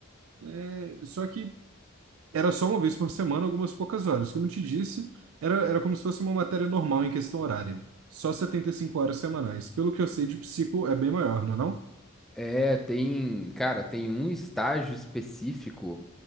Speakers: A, on the right; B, in the centre.
A: É, só que era só uma vez por semana, algumas poucas horas. Como eu te disse, era, era como se fosse uma matéria normal em questão horária. Só 75 horas semanais. Pelo que eu sei de psico, é bem maior, não é não?
B: É, tem, cara, tem um estágio específico.